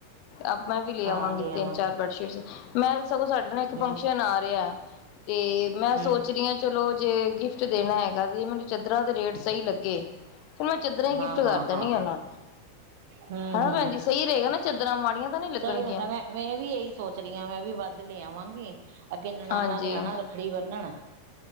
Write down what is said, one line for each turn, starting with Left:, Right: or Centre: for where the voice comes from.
Left: ਅਬ ਮੈਂ ਵੀ ਲੇ
Right: ਹਾਂ
Left: ਆਵਾਂਗੀ
Right: ਲੈ
Left: ਤਿੰਨ
Right: ਆਵਾਂਗੇ
Left: ਚਾਰ ਬੈਡਸ਼ੀਟਸ। ਮੈਂ ਤੇ ਸਗੋਂ ਸਾਡੇ ਨਾ ਇੱਕ ਫੰਕਸ਼ਨ
Right: ਹੂੰ
Left: ਆ ਰੇਆ। ਤੇ ਮੈਂ
Right: ਹੂੰ
Left: ਸੋਚ ਰੀ ਆਂ ਚਲੋ ਜੇ ਗਿਫਟ ਦੇਣਾ ਹੈਗਾ ਤੇ ਮੈਨੂੰ ਚਦਰਾਂ ਦੇ ਰੇਟ ਸਈ ਲੱਗੇ। ਫਿਰ ਮੈਂ ਚਦਰਾਂ ਹੀ
Right: ਹਾਂ
Left: ਗਿਫਟ
Right: ਹਾਂ
Left: ਕਰ ਦੇਣੀ
Right: ਹਾਂ
Left: ਆ ਓਨਾਂ ਨੂੰ
Right: ਹੂੰ
Left: ਹਨਾ
Right: ਹੂੰ
Left: ਭੈਣ ਜੀ ਸਈ ਰਏਗਾ ਨਾ ਚਦਰਾਂ ਮਾੜੀਆਂ ਤਾਂ ਨੀ ਲੱਗਣਗੀਆਂ।
Right: ਸਹੀ <unintelligible> ਰਦਾ ਮੈਂ ਮੈਂ ਵੀ ਇਹੀ ਸੋਚ ਰਹੀ ਆਂ ਮੈਂ ਵੀ ਵੱਧ ਲੈ ਆਵਾਂਗੀ ਅੱਗੇ ਨਣਾਨਾ
Left: ਹਾਂਜੀ,
Right: ਨੇ ਆਣਾ ਰੱਖ ਰੱਖੜੀ ਬੰਨਣ